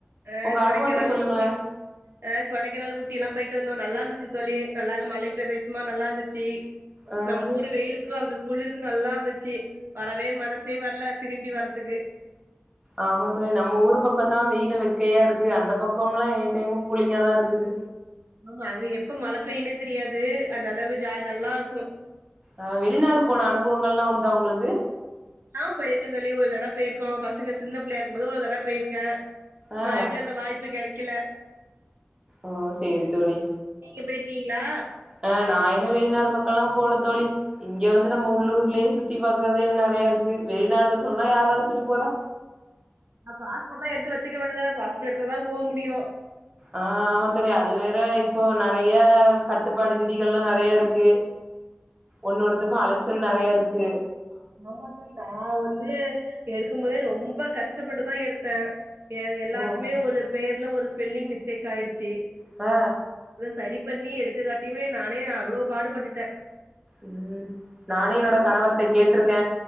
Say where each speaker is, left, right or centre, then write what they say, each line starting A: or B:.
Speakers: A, on the right; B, on the right.
A: அஹ்
B: உங்க
A: கொடைக்கநாள்
B: அனுபவத்த சொல்லுங்களே
A: ஊட்டி ஆஹ் கொடைக்கனல்ஊட்டி எல்லாம் போயிட்டு வ நல்லா இருந்துச்சு தோழி நல்லா மலை பிரதேசமா நல்லா இருந்துச்சு
B: ஆ
A: நம்ம ஊரு வெயிலுக்கும் அங்க குளுருக்கு நல்லா இருந்துச்சு வரவே மனசே வர்ல திரும்பி வரத்துக்கு
B: ஆமா தோழி நம்ம ஊரு பக்கோந்தா வெயிலு வெ கக்கையா இருக்கு அந்த பக்கம்ல்லா எனி டைமு கூலிங்காாதா இருக்குது
A: ஆமா அங்க எப்ப மழ பெய்னே தெரியாது அந்த அளவு ஜா நல்லா இருக்கு
B: அ வெளிநாடு போன அனுபவங்கள்ல்லா உண்டா உங்களுக்கு
A: ஆ போயிருக்க தோழி ஒரு தடவ பேய்ருக்கோ பசங்க சின்ன பிள்ளையா இருக்கும் போது ஒரு தடவ பேய்ருக்க
B: ஆ
A: மா எப்டியு அந்த வாய்ப்பு கெடைக் கில
B: ஓ செரி தோழி
A: நீங்க பேய்ருக்கீங்ளா
B: அ நா இன்னு வெளிநாடு பக்கோல்லா போல தோழி இங்க வந்து நம்ம உள்ளூர்லே சுத்தி பாக்கறதே இன்னு நெறையா இருக்கு வெளிநாடு சொன்னா யார் அழச்சிட்டு போறா
A: ஆ பாஸ்போட்லா எடுத்து வச்சுக்க வேண்டிதான பாஸ்போட் எடுத்தாதா போ முடியு
B: ஆ ஆமா தோழி அது வேற இப்போ நறைய கட்டுப்பாடு விதிகள்னு நறைய இருக்கு ஒன்னு ஒண்ணுத்துக்கு அலச்சல் நறைய இருக்கு
A: ஆமா தோழி நா வந்து எடுக்கும் போதே ரொம் ப கஷ்டப்பட்டுதா எடுத்த எ எல்லாருக்குமே
B: ஓ
A: ஒரு பேர்ல ஒரு ஸ்பெல்லிங் மிஸ்டேக் ஆய்டுச்சு
B: அ
A: சரி பண்ணி எடுக்க காட்டியுமே நானே அவ்ளோ பாடுபட்டுட்ட
B: ம் நானே என்னோட கனவத்தை கேட்ருக் க